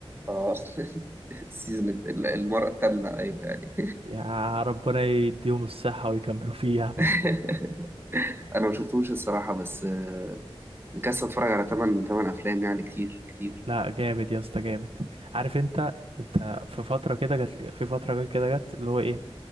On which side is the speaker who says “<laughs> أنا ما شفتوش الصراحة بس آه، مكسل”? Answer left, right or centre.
Right